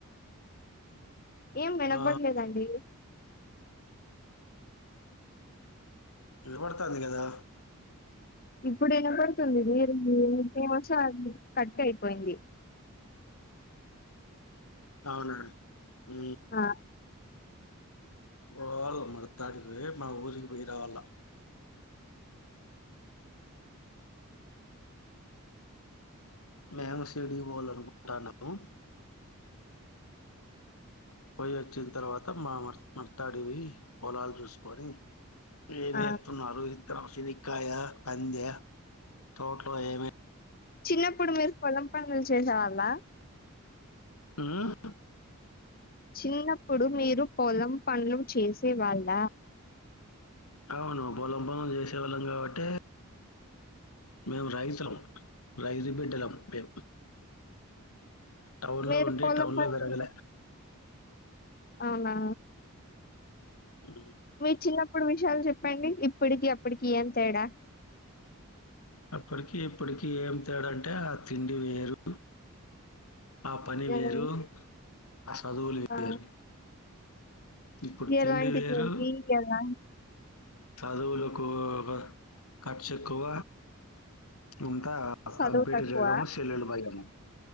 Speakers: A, on the left; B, on the left.
A: ఏం వినపడలేదండి
B: ఆ ఇనబడతాంది కదా
A: ఇప్పుడు ఇనపడుతుంది మీరు మోచె కట్ అయిపోయింది
B: అవునా ఉ
A: ఆ
B: పోవళ మర్తాడికి మా ఊరికి పోయి రావాల మేము సిటీకి పోవాలనుకుంటాన్నము పోయి వచ్చిన తర్వాత మా మ మర్తాడివోయి పొలాలు చూసుకొని ఏమేత్
A: ఆ
B: నారు ఇత్తనం చెనిగ్కాయ కందె తోట్లో ఏమె
A: చిన్నప్పుడు మీరు పొలం పనులు చేసేవాళ్ళ
B: ఆహ్
A: చిన్నప్పుడు మీరు పొలం పనులు చేసే వాళ్ళ
B: అవును పొలం పన్లు చేసేవాళ్ళం కాబట్టే మేము రైతులం రైతు బిడ్డలం మేం టౌన్లో
A: మీరు
B: ఉండి
A: పొలం
B: టౌన్లో
A: పనులు
B: పెరగలే
A: అవునా
B: హు
A: మీ చిన్నప్పుడు విషయాలు చెప్పండి ఇప్పటికి అప్పటికి ఏం తేడా
B: అప్పటికి ఇప్పటికి ఏం తేడంటే ఆ తిండి వేరు ఆ పని వేరు
A: ఏ-
B: ఆ చదువులే
A: ఆ
B: వేరు ఇప్పుడు తిండి
A: ఎలా అంటిది
B: వేరు
A: మీ ఎలా
B: చదువులకు ఒక ఖర్చు ఎక్కువ ఇంత ఆ
A: చదువు
B: కంప్యూటర్
A: తక్కువ
B: జగము సెల్లుల భయము